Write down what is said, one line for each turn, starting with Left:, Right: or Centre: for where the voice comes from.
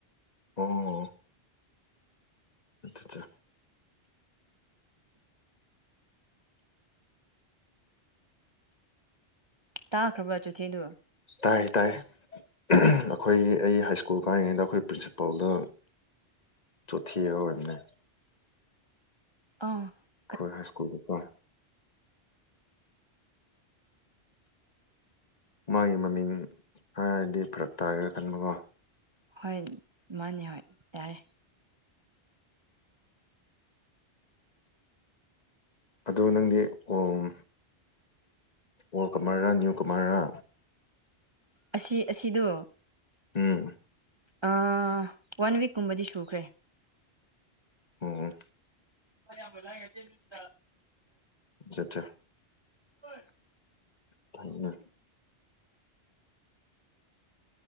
Left: ꯑꯣ ꯑꯆꯥꯆꯥ
Right: ꯇꯥꯈꯕ꯭ꯔꯥ ꯆꯣꯊꯦꯗꯣ
Left: ꯇꯥꯏ ꯇꯥꯏ ꯑꯩꯈꯣꯏ ꯑꯩ ꯍꯥꯏꯁ꯭ꯀꯨꯜ ꯀꯥꯔꯤꯉꯩꯗ ꯑꯩꯈꯣꯏ ꯄ꯭ꯔꯤꯟꯁꯤꯄꯥꯜꯗ ꯆꯣꯊꯦ ꯑꯣꯏꯕꯅꯦ
Right: <unintelligible>
Left: ꯑꯩꯈꯣꯏ ꯍꯥꯏꯁ꯭ꯀꯨꯜꯗꯀꯣ ꯃꯥꯒꯤ ꯃꯃꯤꯡ ꯍꯥꯏꯔꯗꯤ ꯐꯔꯛ ꯇꯥꯏꯔꯦ ꯈꯟꯕꯀꯣ
Right: ꯍꯣꯏ ꯃꯥꯅꯦ ꯍꯣꯏ ꯌꯥꯏ
Left: ꯑꯗꯣ ꯅꯪꯗꯤ ꯑꯣꯝ ꯑꯣꯜ ꯀꯃꯔꯔꯥ ꯅ꯭ꯌꯨ ꯀꯃꯔꯔꯥ
Right: ꯑꯁꯤ ꯑꯁꯤꯗꯣ
Left: ꯎꯝ
Right: ꯑꯥ ꯋꯥꯟ ꯋꯤꯛꯀꯨꯝꯕꯗꯤ ꯁꯨꯈ꯭ꯔꯦ
Left: ꯑꯣ
Right: <unintelligible>
Left: ꯆꯥ ꯆꯥ
Right: ꯍꯣꯏ
Left: ꯐꯩꯅ